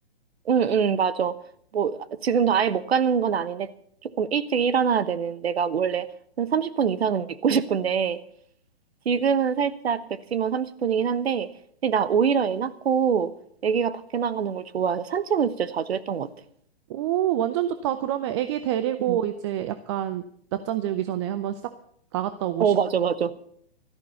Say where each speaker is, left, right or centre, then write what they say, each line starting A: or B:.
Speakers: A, on the right (about 75°); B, on the right (about 30°).
A: 응, 맞아. 뭐, 아, 지금도 아예 못 가는 건 아닌데, 조금 일찍 일어나야 되는, 내가 원래 한 30분 이상은 있고 <laughs> 싶은데, 지금은 살짝 맥시멈 30분이긴 한데, 근데 나 오히려 애 낳고, 애기가 밖에 나가는 걸 좋아해서 산책을 진짜 자주 했던 것 같아.
B: 오, 완전 좋다. 그러면 애기 데리고
A: 응.
B: 이제 약간 낮잠 재우기 전에 한번 싹 나갔다 오고
A: 어,
B: 시간.
A: 맞아, 맞아.